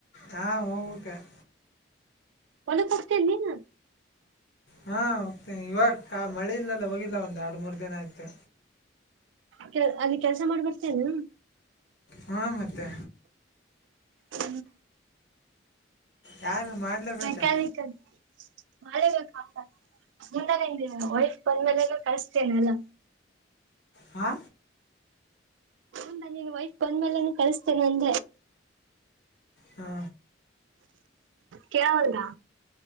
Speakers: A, on the left (about 60°); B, on the right (about 75°).
A: ಹಾಂ ಹೋಗ್ಬೇಕು
B: ಮನೆ ಕೊತನ ನ
A: ಹಾಂ ಹೋಗ್ತೀನಿ ಇವಾಗ ಕಾ ಮಳೆ ಇಲ್ಲಲ್ಲ ಹೋಗಿಲ್ಲ ಒಂದು ಎರಡು ಮೂರು ದಿನ ಆಯಿತು
B: ಕೆ ಅಲ್ಲಿ ಕೆಲ್ಸ ಮಾಡ್ಬರ್ತೇನು
A: ಹಾ ಮತ್ತೆ
B: ಹೂ
A: ಯಾರು ಮಾಡಲೇಬೇಕಾ
B: ಮೆಕ್ಯಾನಿಕಲ್ ಮಾೆ ಕಾಮ ಮುಂದಾನಿಂದ ವೈಫ್ ಬಂದ್ಮೇಲೊ ಕಳಸ್ತೇನೆ ಅಲ್ಲ
A: ಹಾ
B: ಮುಂದ ನೀನ್ ವೈಸ್ ಬಂದ್ಮೇಲೆ ಆನ್ ಕಳಸ್ತೇನೆ ಇಲ್
A: ಹಾ
B: ಕೇಳಾವಲ್ದ